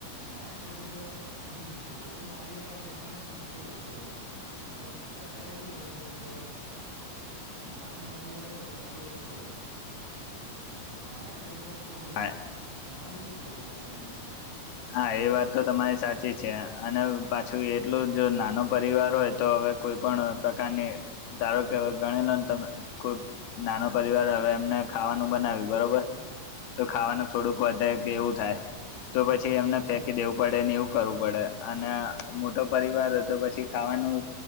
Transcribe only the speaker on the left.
હા,
હા એ વાત તો તમારી સાચી છે અને પાછું એટલું જો નાનો પરિવાર હોય તો હવે કોઈ પણ પ્રકારની ધારો ગણી લો તમે કોઈ નાનો પરિવાર હવે એમને ખાવાનું બનાવ્યું બરોબર તો
ખાવાનું થોડુંક વધારે કે એવું થાય તો પછી
એમને
ફેંકી
દેવું પડે એવું કરવું પડે અને મોટો પરિવાર હોય તો પછી ખાવાનું